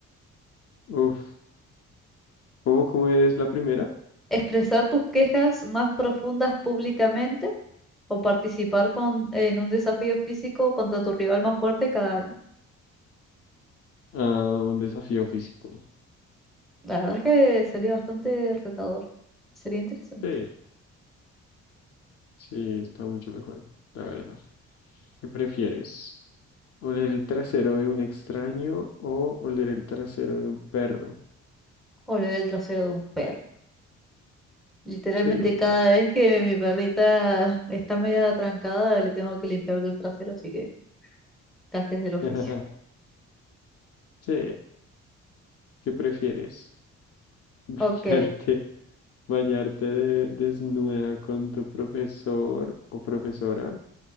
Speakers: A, on the left (about 50°); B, in the centre.
A: Uf. ¿Cómo, cómo es la primera?
B: ¿Expresar tus quejas más profundas públicamente o participar con, en un desafío físico contra tu rival más fuerte cada año.
A: Ah, un desafío físico.
B: La verdad es que sería bastante retador. Sería interesante.
A: Sí, sí, está mucho mejor, la verdad. ¿Qué prefieres? ¿Oler el trasero de un extraño o oler el trasero de un perro?
B: Oler el trasero de un perro. Literalmente
A: Sí.
B: cada vez que mi perrita está media trancada, le tengo que limpiar el trasero, así que gajes del oficio.
A: <laughs> Sí. ¿Qué prefieres? <laughs> ¿Bañarte,
B: Ok.
A: bañarte de- desnuda con tu profesor o profesora